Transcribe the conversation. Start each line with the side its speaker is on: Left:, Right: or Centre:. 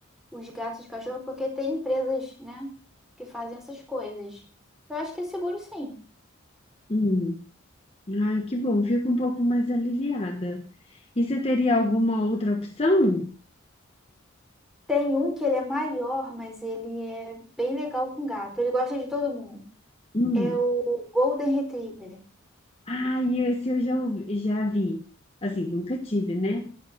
Centre: os gatos de cachorro, porque tem empresas, né, que fazem essas coisas. Eu acho que é seguro sim.
Left: Hum. Ai, que bom, fico um pouco mais aliviada. E você teria alguma outra opção?
Centre: Tem um que ele é maior, mas ele é bem legal com gato. Ele gosta de todo mundo.
Left: Hum.
Centre: É o Golden Retriever.
Left: Ai, esse eu já, ouvi- já vi. Assim, nunca tive, né?